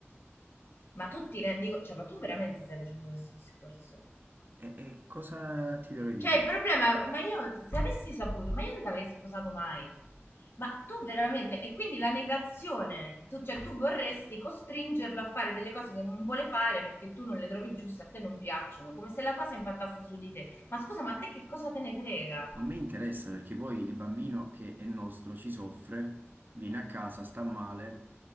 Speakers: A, on the left (about 55°); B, on the right (about 45°).
A: Ma tu ti rendi co cioè, ma tu veramente stai facendo questo discorso?
B: E, e cosa ti dovrei dire?
A: Cioè, il problema, ma io se avessi saputo, ma io non ti avrei sposato mai. Ma tu veramente, e quindi la negazione, tu, cioè tu vorresti costringerlo a fare delle cose che non vuole fare perché tu non le trovi giuste, a te non piacciono, come se la cosa impattasse su di te. Ma scusa, ma a te che cosa te ne frega?
B: A me interessa perché poi il bambino che è nostro ci soffre, viene a casa, sta male.